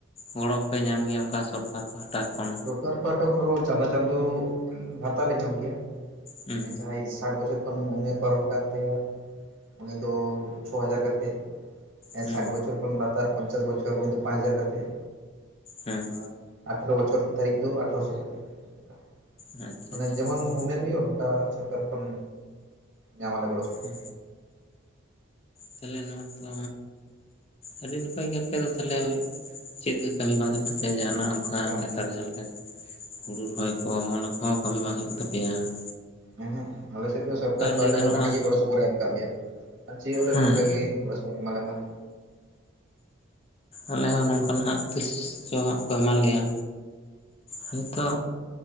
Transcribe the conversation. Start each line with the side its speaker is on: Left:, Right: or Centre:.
Left: ᱜᱚᱲᱚ ᱯᱮ ᱧᱟᱢ ᱜᱮᱭᱟ ᱚᱱᱠᱟ ᱥᱚᱨᱠᱟᱨ ᱯᱟᱦᱴᱟ ᱠᱷᱚᱱ?
Right: ᱠᱟᱨ ᱯᱟᱦᱟᱴᱟ ᱠᱷᱚᱱ ᱫᱚ ᱪᱟᱸᱫᱳ ᱪᱟᱸᱫᱳ ᱵᱷᱟᱛᱟ ᱞᱮ ᱧᱟᱢ ᱜᱮᱭᱟ
Left: ᱦᱩᱸ
Right: ᱡᱟᱦᱟᱸᱭ ᱥᱟᱴ ᱵᱚᱪᱷᱚᱨ ᱛᱚᱠᱷᱚᱱ ᱩᱢᱮᱨ ᱯᱟᱨᱚᱢ ᱟᱠᱟᱱ ᱛᱟᱭᱟ ᱩᱱᱤ ᱫᱚ ᱪᱷᱚ ᱦᱟᱡᱟᱨ ᱠᱟᱛᱮᱫ᱾
Left: ᱦᱩᱸ
Right: ᱥᱟᱴ ᱵᱚᱪᱷᱚᱨ ᱠᱷᱚᱱ ᱞᱟᱛᱟᱨ ᱯᱚᱧᱪᱟᱥ ᱵᱚᱪᱷᱚᱨ ᱩᱱᱤ ᱫᱚ ᱯᱟᱸᱪ ᱦᱟᱡᱟᱨ ᱠᱟᱛᱮᱫ᱾
Left: ᱦᱮᱸ᱾
Right: ᱟᱨ ᱟᱴᱷᱨᱚ ᱵᱚᱪᱷᱚᱨ ᱛᱟᱹᱨᱤᱠᱷ ᱫᱚ ᱟᱴᱷᱨᱚ ᱥᱚ ᱠᱟᱛᱮᱫ ᱾
Left: ᱟᱪᱪᱷᱟ
Right: ᱢᱟᱱᱮ
Left: ᱟᱪᱪᱷᱟ
Right: ᱡᱮᱢᱚᱱ ᱩᱢᱮᱨ ᱦᱩᱭᱩᱜ ᱚᱱᱠᱟ ᱥᱚᱨᱠᱟᱨ ᱠᱷᱚᱱ ᱧᱟᱢ ᱟᱞᱮ ᱜᱚᱲᱚ ᱥᱚᱯ᱾
Left: ᱦᱩ᱾ ᱛᱟᱞᱦᱮ ᱱᱚᱣᱟ ᱛᱚ ᱟᱹᱰᱤ ᱱᱟᱯᱟᱭ ᱜᱮ ᱟᱯᱮ ᱫᱚ ᱛᱟᱞᱦᱮ ᱦᱳᱭᱳᱜ-ᱟ᱾ᱪᱮᱫ ᱠᱟᱹᱢᱤ ᱵᱟᱝ ᱦᱳᱭᱳᱜ ᱛᱮ ᱯᱮᱭᱟ ᱡᱟᱦᱟᱱᱟᱜ ᱚᱱᱠᱟ
Right: ᱵᱟᱝ
Left: ᱱᱮᱛᱟᱨ ᱡᱟᱦᱟ ᱞᱮᱠᱟ ᱦᱩᱲᱩ ᱨᱚᱦᱚᱭ ᱠᱚ ᱚᱱᱟ ᱠᱚᱦᱚᱸ ᱠᱟᱹᱢᱤ ᱵᱟᱝ ᱦᱩᱭᱩᱜ ᱛᱟᱯᱮᱭᱟ ᱾
Right: ᱦᱮᱸ ᱦᱮᱸ ᱟᱞᱮ ᱥᱮᱫ ᱫᱚ ᱥᱚᱨᱠᱟᱨ ᱯᱟᱦᱟᱴᱟ
Left: ᱞᱟᱹᱭ ᱜᱟᱱᱚᱜᱼᱟ
Right: ᱠᱷᱚᱱ ᱟᱹᱰᱤ ᱜᱮ ᱜᱚᱲᱚ ᱥᱚᱯᱚᱦᱚᱫ ᱮᱢ ᱠᱟᱜ ᱞᱮᱭᱟ᱾ᱟᱨ ᱪᱮᱫ ᱦᱚᱸ ᱵᱚᱞᱮ
Left: ᱦᱮᱸ
Right: ᱱᱚᱝᱠᱟ ᱜᱮ ᱜᱚᱲᱚ ᱮᱢᱟ ᱞᱮ ᱢᱟ ᱾
Left: ᱟᱞᱮ ᱦᱚᱸ ᱱᱚᱱᱠᱟ ᱦᱟᱸᱜ ᱛᱤᱥ ᱪᱚ ᱦᱟᱸᱜ ᱠᱚ ᱮᱢᱟ ᱞᱮᱭᱟ᱾ ᱦᱳᱭ ᱛᱚ